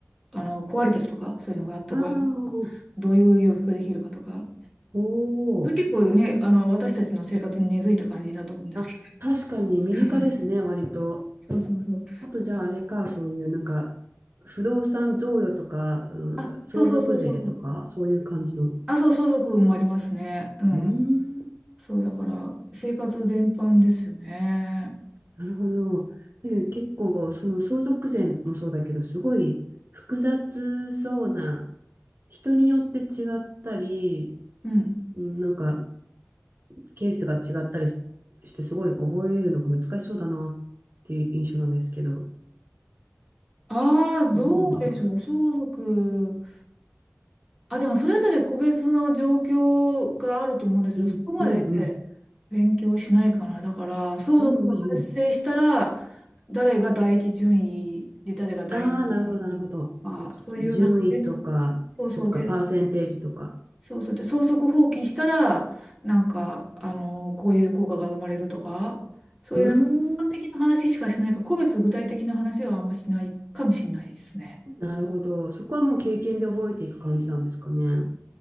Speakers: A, in the centre; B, on the right.
A: あの、壊れてるとか、そういうのがあった場合、
B: ああ、
A: どういう要求ができるかとか、
B: おお、
A: それ結構ね、あの、私たちの生活に根付いた感じだと思うんですけど。
B: あ、確かに身近ですね、
A: <laughs>
B: 割と。
A: そうそうそう。
B: あとじゃああれか、そういうなんか、不動産贈与とか、うんなんか相続税とか、
A: あ、そうそうそうそうそう。
B: そういう感じの。
A: あ、そう、相続もありますね。うん。
B: うーん
A: そう、だから、生活全般ですよね。
B: なるほど。だけど結構、その相続税もそうだけど、すごい複雑そうな、人によって違ったり、
A: うん。
B: うんなんかケースが違ったりしして、すごい覚えるのが難しそうだなっていう印象なんですけど。
A: ああ、どうでしょう。
B: なんだろ
A: 相続。あ、でも、それぞれ個別の状況があると思うんですけど、
B: う。うん、
A: そこまで
B: うん、うん。
A: 勉強しないかな。だから、相続が発生したら、
B: うん、うん、うん。
A: 誰が第一順位で、誰が第二順位。
B: ああ、なるほど、なるほど。
A: あ、そういう、
B: 順位とか、
A: なんか、そうそうで、
B: そっか、パーセンテージとか。
A: そうそうで、相続放棄したら、なんか、あの、こういう効果が生まれるとか、そういうなんか一般的な話しかしないから、
B: うーん、
A: 個別具体的な話はあんましないかもしれないですね。
B: なるほど。そこはもう経験で覚えていく感じなんですかね。